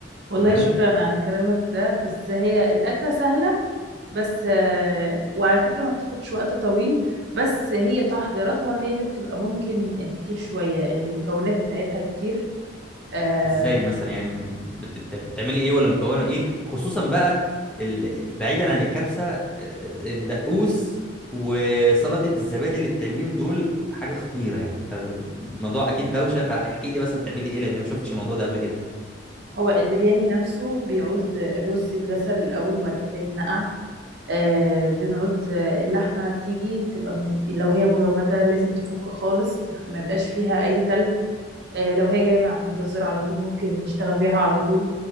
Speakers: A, on the right; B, in the centre.
A: والله
B: تمام
A: شكرا على كلامك ده بس هي الأكلة سهلة بس آه، وعلى فكرة ما بتاخدش وقت طويل بس هي تحضيراتها هي اللي بتبقى ممكن كتير شوية المكونات بتاعتها كتير آه،
B: ازاي مثلا يعني بت- بت- بتعملي ايه ولا مكونه ايه خصوصا بقى ال... بعيدا عن الكبسه آه، الدقوس وسلطه الزبادي اللي بتعمليهم دول حاجه خطيره يعني فالموضوع اكيد دوشه فاحكي لي مثلا بتعملي ايه لان ما شفتش الموضوع ده قبل كده
A: هو البرياني نفسه بيعوز الرز يتغسل الأول وبعد كده يتنقع آه بنعوز اللحمة تيجي تبقى م- لو هي مجمدة لازم تفك خالص ما يبقاش فيها أي تلج آه، لو هي جاية من عند الجزار على طول ممكن نشتغل بيها على طول